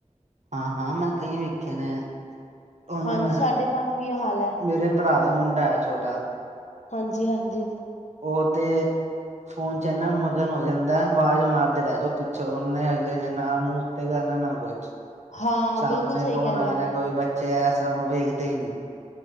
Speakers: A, on the right; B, on the left.
A: ਹਾਂ-ਹਾਂ ਮੈਂ ਕਈ ਵੇਖੇ ਨੇ ਉਹਨੂੰ
B: ਹਾਂਜੀ
A: ਮੈਂ,
B: ਸਾਡੇ ਪਾਸ ਵੀ ਇਹ ਹਾਲ ਹੈ
A: ਮੇਰੇ ਭਰਾ ਦਾ ਮੁੰਡਾ ਹੈ ਛੋਟਾ
B: ਹਾਂਜੀ- ਹਾਂਜੀ।
A: ਉਹ ਤੇ ਫੋਨ ਚ ਇਹਨਾ ਮਗਨ ਹੋ ਜਾਂਦਾ ਏ, ਆਵਾਜ਼ ਮਾਰਦੇ ਰਹਿ ਜਾਓ ਪਿੱਛੋਂ, ਉਹਨੇ ਅਗਲੇ ਨੇ ਨਾ ਮੂੰਹ ਕਹਿੳ ਨਾ ਕੁਛ,
B: ਹਾਂ
A: ਸਾਮਣੇ
B: ਬਿਲਕੁਲ ਸਹੀ
A: ਕੌਣ
B: ਕਹਿ ਰਹੇ
A: ਆ
B: ਹੋ
A: ਰਿਹਾ ਕੋਈ ਬੱਚੇ ਐ ਸਭ ਵੇਖਦੇ ਹੀ ਨਹੀਂ